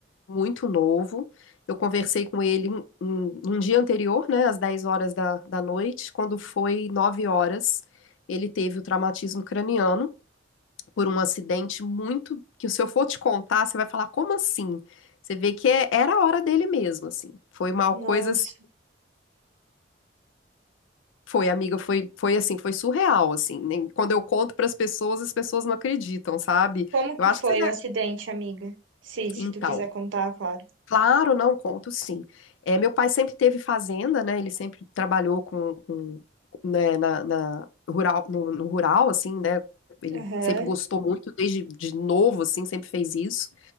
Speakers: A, on the left; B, on the right.
A: muito novo. Eu conversei com ele um, um- um dia anterior, né? Às 10 horas da, da noite. Quando foi 9 horas, ele teve o traumatismo craniano por um acidente muito que se eu for te contar, você vai falar, como assim? Você vê que é- era a hora dele mesmo, assim. Foi uma
B: Nossa.
A: coisa assim, foi, amiga, foi, foi assim, foi surreal, assim. Nem- Quando eu conto para as pessoas, as pessoas não acreditam, sabe?
B: Como
A: Eu
B: que
A: acho
B: foi
A: que você deve.
B: o acidente, amiga? Se,
A: Então,
B: se tu quiser contar, claro.
A: claro, não conto, sim. É, meu pai sempre teve fazenda, né? Ele sempre trabalhou com, com, né, na, na rural, no, no rural, assim, né? Ele
B: Aham,
A: sempre gostou muito desde de novo, assim, sempre fez isso.